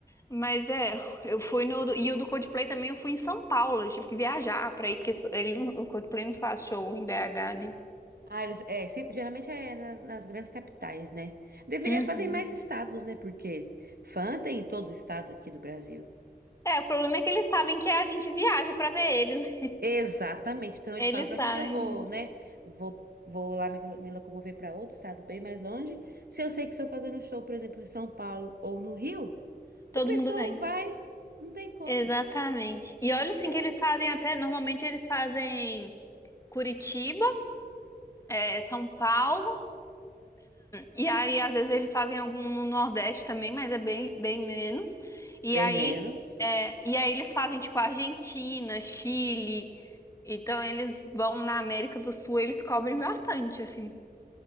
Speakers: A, on the left; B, on the right.
A: Mas é, <laughs> eu fui no. do- E o do Coldplay também eu fui em São Paulo, eu tive que viajar pra ir, porque ele, não- o Coldplay não faz show em BH, né?
B: Ah, eles, é, sempre, geralmente é nas, nas grandes capitais, né? Deveria
A: Uhum.
B: fazer em mais estados, né? Porque fã tem em todo estado aqui do Brasil.
A: É, o problema é que eles sabem que a gente viaja pra ver eles, né? <laughs>
B: Exatamente. Então eles
A: Eles
B: falam, para
A: sabem,
B: que que eu vou, né? Vou, vou lá me, me locomover para outro estado bem mais longe. Se eu sei que se eu fazer um show, por exemplo, em São Paulo ou no Rio,
A: todo
B: o pessoal
A: mundo vem.
B: vai. Não tem como.
A: Exatamente. E olha assim
B: É
A: que eles fazem até, normalmente eles fazem Curitiba, é, São Paulo. E aí, às vezes, eles fazem algum no Nordeste também, mas é bem, bem menos. E
B: bem
A: aí,
B: menos.
A: é, e aí eles fazem, tipo, Argentina, Chile. Então, eles vão na América do Sul, eles cobrem bastante, assim.